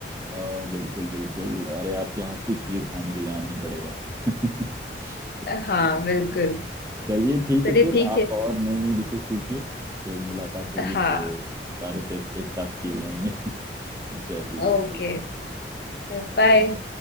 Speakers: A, on the right (about 15°); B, on the left (about 55°).
A: अ, बिल्कुल बिल्कुल अरे आपके हाथ की खीर खाने के लिए आना ही पड़ेगा <laughs>
B: हाँ बिल्कुल
A: चलिए ठीक
B: चलिए
A: है फिर
B: ठीक
A: आप
B: है
A: और नई नई डिशेस सीखिए फिर मुलाकात होगी
B: हाँ
A: तो सारे टेस्ट एक साथ किए जाएंगे <laughs> चलिए
B: ओके
A: ठीक है
B: बाय
A: बाय